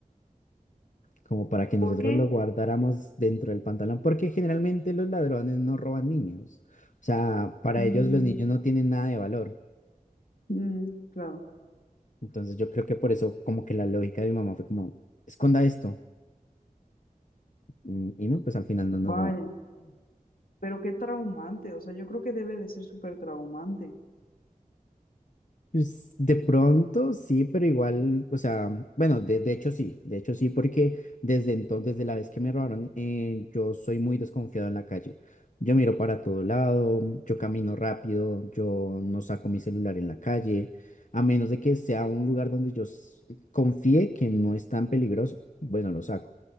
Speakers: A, on the left (about 55°); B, on the left (about 70°).
A: como para que nosotros
B: ¿Por qué?
A: lo guardáramos dentro del pantalón, porque generalmente los ladrones no roban niños. O sea, para
B: Mm,
A: ellos los niños no tienen nada de valor.
B: mm, claro,
A: Entonces yo creo que por eso como que la lógica de mi mamá fue como, esconda esto. Mm, Y no, pues al final no nos
B: vaya,
A: robaron.
B: pero qué traumante, o sea, yo creo que debe de ser súper traumante.
A: Pues, De pronto sí, pero igual, o sea, bueno, de, de hecho sí, de hecho sí, porque desde entonces, desde la vez que me robaron, eh, yo soy muy desconfiado en la calle. Yo miro para todo lado, yo camino rápido, yo no saco mi celular en la calle, a menos de que sea un lugar donde yo s- confíe que no es tan peligroso, bueno, lo saco.